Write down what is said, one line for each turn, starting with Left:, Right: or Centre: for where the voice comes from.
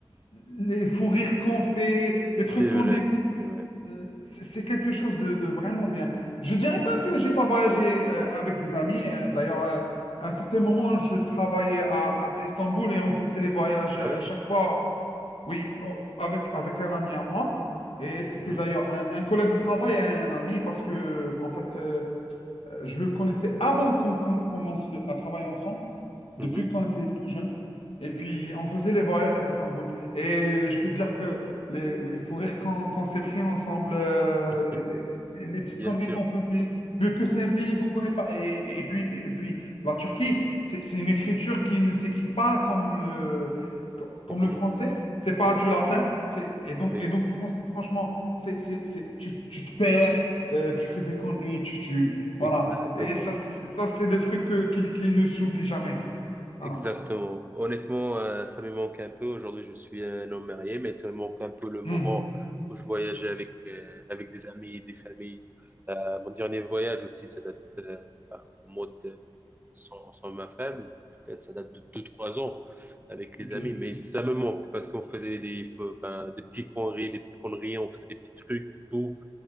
Left: les fous rires qu'on fait,
Right: c'est
Left: les trucs qu'on
Right: vrai,
Left: découvre.
Right: c'est vrai.
Left: Euh, C'est c'est quelque chose de, de vraiment bien. Je dirais
Right: Mhm.
Left: pas que j'ai pas voyagé euh, avec des amis. Euh, D'ailleurs, euh, à un certain moment, je travaillais à, à Istanbul et on faisait les voyages
Right: Ah
Left: euh,
Right: oui.
Left: à chaque fois, oui, au- avec, avec un ami à moi. Et c'était
Right: Mhm.
Left: d'ailleurs un, un collègue de travail et un ami parce que, en fait, euh, euh, je le connaissais avant qu'on qu'on commence le- à travailler ensemble depuis
Right: Mhm.
Left: qu'on était tout jeune. Et puis, on faisait les voyages à Istanbul. Et je peux te dire que les, les fous rires qu'on qu'on s'est pris ensemble, euh,
Right: <laughs>
Left: les, les- les- les petites
Right: Bien
Left: conneries
Right: sûr,
Left: qu'on faisait, vu que c'est un pays qu'on ne connaît pas. Et, et puis, et puis, la Turquie, c'est c'est une écriture qui ne s'écrit pas comme le, co-
Right: comme
Left: comme le français.
Right: le-
Left: C'est pas
Right: exactement.
Left: du latin. C'est, et donc,
Right: Oui,
Left: et donc fran- franchement, c'est, c'est, c'est, tu, tu te perds, euh, tu fais des conneries, tu, tu, voilà.
Right: exactement.
Left: Et ça, c'est ça, c'est des trucs que- qui, qui ne s'oublient jamais. Voilà.
Right: Exactement. Honnêtement, euh, ça me manque un peu. Aujourd'hui, je suis un homme marié, mais ça me manque un peu le moment
Left: Mhm.
Right: où je voyageais avec, euh, avec des amis, des familles. Euh, mon dernier voyage aussi, ça date euh, enfin, au mode de- sans, sans ma femme. Peut-être ça date de deux trois ans avec les
Left: Ok.
Right: amis, mais ça me manque parce qu'on faisait des, enfin, des petits conneries, des petites conneries, on faisait des petits trucs, tout.